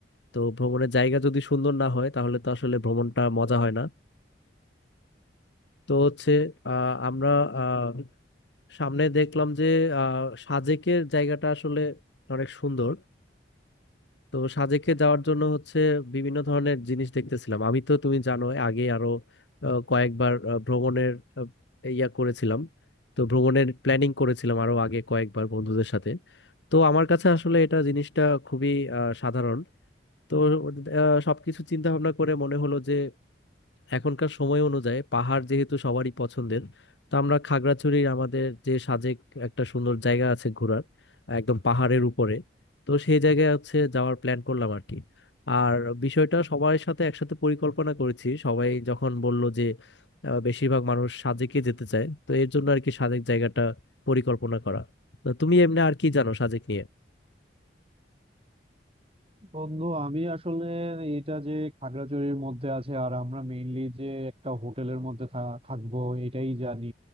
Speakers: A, on the left; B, on the right.
A: তো ভ্রমণের জায়গা যদি সুন্দর না হয় তাহলে তো আসলে ভ্রমণটা মজা হয় না তো হচ্ছে আহ, আমরা আহ, সামনে দেখলাম যে আহ, সাজেকের জায়গাটা আসলে অনেক সুন্দর তো সাজেকে যাওয়ার জন্য হচ্ছে বিভিন্ন ধরনের জিনিস দেখতেছিলাম আমি তো তুমি জানো আগে আরো আহ, কয়েকবার আহ, ভ্রমণের আহ, ইয়া করেছিলাম তো ভ্রমণের প্ল্যানিং করেছিলাম আরো আগে কয়েকবার বন্ধুদের সাথে তো আমার কাছে আসলে এটা জিনিসটা খুবই আহ, সাধারণ তো আহ, সবকিছু চিন্তা ভাবনা করে মনে হলো যে এখনকার সময় অনুযায়ী পাহাড় যেহেতু সবারই পছন্দের তো আমরা খাগড়াছড়ির আমাদের যে সাজেক একটা সুন্দর জায়গা আছে ঘোরার একদম পাহাড়ের উপরে তো সেই জায়গায় হচ্ছে যাওয়ার প্ল্যান করলাম আর কি আর বিষয়টা সবার সাথে একসাথে পরিকল্পনা করেছি সবাই যখন বলল যে আহ, বেশিরভাগ মানুষ সাজেকে যেতে চায় তো এর জন্য আর কি সাজেক জায়গাটা পরিকল্পনা করা তো তুমি এমনি আর কি জানো সাজেক নিয়ে
B: বন্ধু আমি আসলে এটা যে খাগড়াছড়ির মধ্যে আছে আর আমরা মেইনলি যে একটা হোটেলের মধ্যে থা- থাকবো এটাই জানি